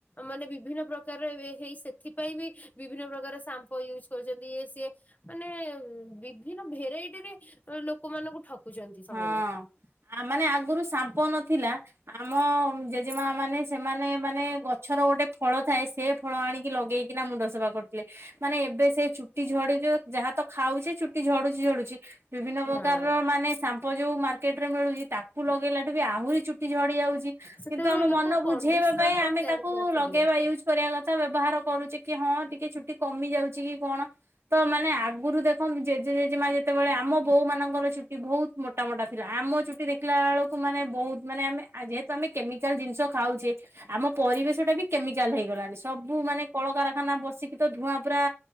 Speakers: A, on the left; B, on the right.
A: ମାନେ ବିଭିନ୍ନ ପ୍ରକାରର ହେଇ ସେଥିପାଇଁ ବି ବିଭିନ୍ନ ପ୍ରକାର ସାମ୍ପୁ ୟୁଜ୍ କରୁଛନ୍ତି ଇ ସିଏ ମାନେ ବିଭିନ୍ନ ଭେରାଇଟି ରେ ଲୋକମାନାନଙ୍କୁ ଠକୁଛନ୍ତି ସେମାନେ।
B: ହଁ ଆ ମାନେ ଆଗରୁ ସାମ୍ପ ନଥିଲା। ଆମ ଜେଜେମା ମାନେ ସେମାନେ ମାନେ ଗଛର ଗୋଟେ ଫଳ ଥାଏ ସେ ଫଳ ଆଣିକି ଲଗେଇକିନା ମୁଣ୍ଡ ସଫା କରୁଥିଲେ। ମାନେ ଏବେ ସେ ଚୁଟି ଝଡି ଯାହା ତ ଖାଉଛି ଚୁଟି ଝଡୁଛି ଝଡୁଛି ବିଭିନ୍ନ ପ୍ରକାରର
A: ହଁ।
B: ମାନେ ସାମ୍ପ ଯୋଉ ମାର୍କେଟ ରେ ମିଳୁଛି ତାକୁ ଲଗେଇଲାଠୁ ବି ଆହୁରି ଚୁ ଝଡି ଯାଉଛି
A: ସେତେବେଳେ
B: କିନ୍ତୁ ଆମ
A: ଲୋକ
B: ମନ
A: କଣ୍ଡିସନର
B: ବୁଝେଇବା ପାଇଁ
A: କଣ
B: ଆମେ
A: ଜାଣିନଥିଲେ।
B: ତାକୁ ଲଗେଇବା ୟୁଯୁ କରିବା କଥା ବ୍ୟବହାର କରୁଛି କି ହଁ ଟିକେ ଛୁଟି କମି ଯାଉଛି କି କଣ। ତ ମାନେ ଆଗରୁ ଦେଖନ୍ତୁ ଜେଜେ ଜେଜେମା ଯେତେବେଳେ ଆମ ବୋଉ ମାନଙ୍କର ଛୁଟି ବହୁତ ମୋଟା ମୋଟା ଥିଲା ଆମ ଚୁଟି ଦେଖିଲା ବେଳକୁ ମାନେ ବହୁତ ମାନେ ଆମେ ଯେହେତୁ ଆମେ କେମିକାଲ ଜିନିଷ ଖାଉଛେ। ଆମ ପରିବେଶ ଟା ବି କେମିକାଲ ହେଇଗଲାଣି। ସବୁ ମାନେ କଳକାରଖାନା ବସିକି ତ ଧୂଆଁ ପୁରା।